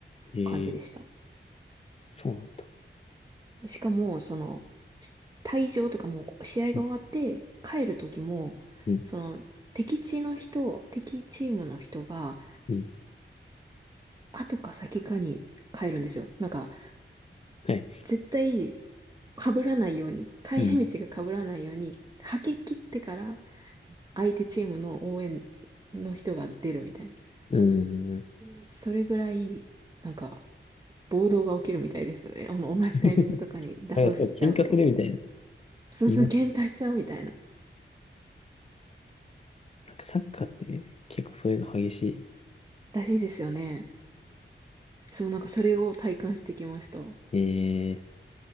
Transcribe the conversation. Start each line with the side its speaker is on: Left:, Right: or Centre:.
Left: えー
Right: 感じでした。
Left: そうなんだ。
Right: しかも、その、し退場というかもう試合が終わって帰る時も、
Left: うん、うん、
Right: その、敵地の人、敵チームの人が、
Left: うん。
Right: 後か先かに帰るんですよ。なんか、
Left: はい。
Right: 絶対被らないように、帰り道が被らないように、
Left: うん。
Right: 吐き切ってから相手チームの応援の人が出るみたいな。うん
Left: うん。
Right: それぐらい、なんか、暴動が起きるみたいですね。<laughs> あの、同じタイミングとかに出させちゃうと。
Left: <laughs> あれ、そう、喧嘩するみたいな。
Right: そうそう、
Left: 今、
Right: 喧嘩しちゃうみたいな。
Left: なんかサッカーって結構そういうの激しい。
Right: らしいですよね。そう、なんかそれを体感してきました。
Left: <laughs> えー、